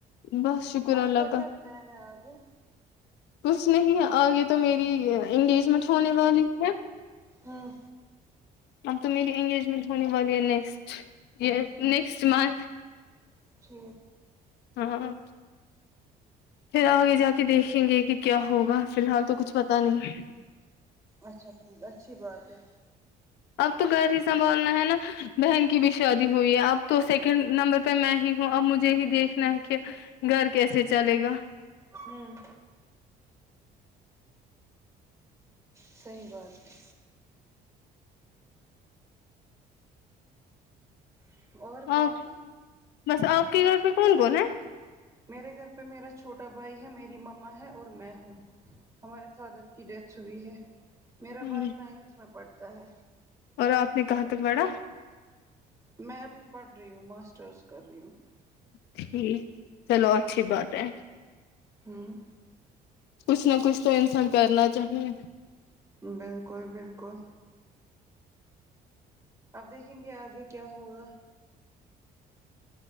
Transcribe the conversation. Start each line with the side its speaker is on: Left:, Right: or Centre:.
Left: بس شکر
Right: آپ
Left: اللہ
Right: کا کیا پلان ہے آگے
Left: کچھ نہیں آگے تو میری انگیجمنٹ ہونے والی ہے
Right: ہوں
Left: اب تو میری انگیجمنٹ ہونے والی ہے نیکسٹ یے نیکسٹ منتھ
Right: ج
Left: ہاں پھر آگے
Right: اچھا
Left: جا کے دیکھیں گے کہ کیا ہوگا فی الحال تو کچھ پتا نہیں
Right: اچھا ٹھیک اچھی بات ہے
Left: اب تو گھر ہی سنبھالنا ہے نا بہن کی بھی شادی ہوئی ہے اب تو سیکنڈ نمبر پہ میں ہی ہوں اب مجھے ہی دیکھنا ہے کہ گھر کیسے چلے گا
Right: ہوں صحیح بات ہے ہے اور باقی
Left: آ بس آپ کے گھر پہ کون کون ہے
Right: میرے گھر پہ میرا چھوٹا بھائی ہے میری مما ہے اور میں ہوں ہمارے فادر کی ڈیتھ چھئی ہے میرا
Left: ہ
Right: بھائی نائنتھ میں پڑھتا ہے
Left: اور آپ نے کہاں تک پڑھا
Right: میں ابھی پڑھ رہی ہوں ماسٹرز کر رہی ہوں
Left: ٹھیک چلو اچھی بات ہے
Right: ہوں
Left: کچھ نہ کچھ تو انسان کرنا چاہے
Right: بالکل بالکل آپ دیکھیں گے آگے کیا ہوگا